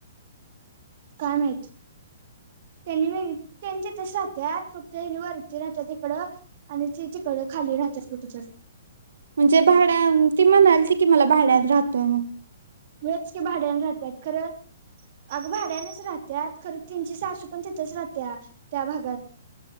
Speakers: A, on the right; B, on the right.
A: काय माहित. त्यांनी बघी त्यांचे तस राहत्या फक्त <unintelligible> त्या तिकडं. आणि चीची कडं खाली राहतात कुठं तर.
B: म्हणजे भाड्या ती म्हणालती की मला भाड्यान राहतोय मग.
A: वेच के भाड्याने राहत्यात खरं. अगं भाड्यानेच राहत्या खरं तीनची सासू पण तिथेच राहत्या त्या भागात.